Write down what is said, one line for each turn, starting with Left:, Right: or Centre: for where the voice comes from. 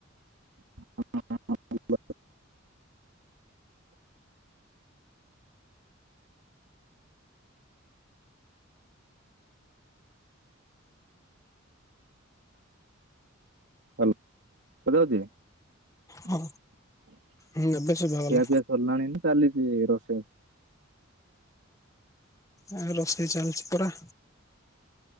Right: <inaudible> <unintelligible>
Left: ହଁ ହୁଁ ଏବେ ଶୁଭା
Right: ଖିଆ
Left: ଗଲା।
Right: ପିଆ ସରିଲାଣି ନା ଚାଲିଛି ରୋଷେଇ?
Left: ଆଉ ରୋଷେଇ ଚାଲିଛି ପରା।